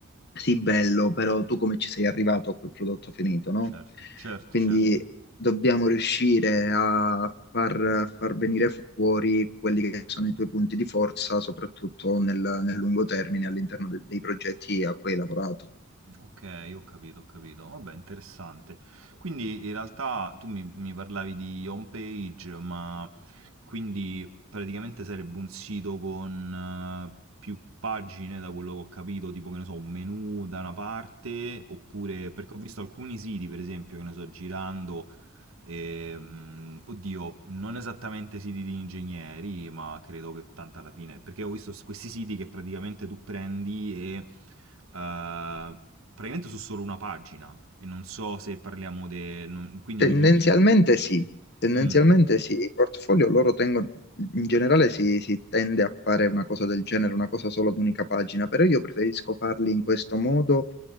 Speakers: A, on the left; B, on the right.
A: sì, bello, però tu come ci sei arrivato a quel prodotto finito, no?
B: certo, certo,
A: Quindi
B: certo.
A: dobbiamo riuscire a far, a far venire fuori quelli che sono i tuoi punti di forza, soprattutto nel, nel lungo termine all'interno de- dei progetti a cui hai lavorato.
B: Ok, ho capito, ho capito. Vabbè, interessante. Quindi in realtà tu mi, mi parlavi di home page, ma quindi praticamente sarebbe un sito con eh, più pagine, da quello che ho capito, tipo che ne so, un menu da una parte, oppure perché ho visto alcuni siti, per esempio, che ne so, girando. E, mm, oddio, non esattamente siti di ingegneri, ma credo che tanto alla fine, perché ho visto s- questi siti che praticamente tu prendi e eh, praticamente su solo una pagina e non so se parliamo di... quindi
A: Tendenzialmente
B: mi... mi-
A: sì, tendenzialmente
B: Mm,
A: sì, i portfolio loro tengono, in generale si, si tende a fare una cosa del genere, una cosa solo ad unica pagina, però io preferisco farli in questo modo